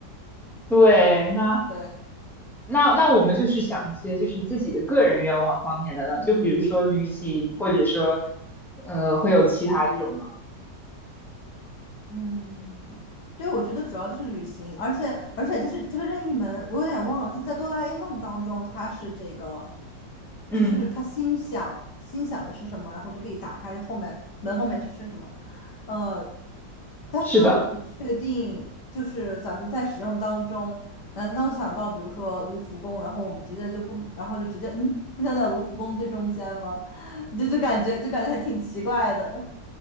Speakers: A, in the centre; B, on the left.
A: 对，那。
B: 对，
A: 那那我们就是想一些就是自己的个人愿望方面的呢，就比如说旅行，
B: 嗯。
A: 或者说，呃，会有其他这种吗？
B: 嗯，对，我觉得主要就是旅行，而且而且就是这个任意门，我有点忘了，就是在哆啦 A 梦当中，它是这个，
A: 嗯，
B: 就是他心想心想的是什么，然后就可以打开后面门后面就是什么，呃，但是我不确定，
A: 是的，
B: 就是咱们在使用当中，难道想到比如说卢浮宫，然后我们直接就不，然后就直接嗯出现在卢浮宫最中间吗？<laughs> 就就感觉就感觉还挺奇怪的。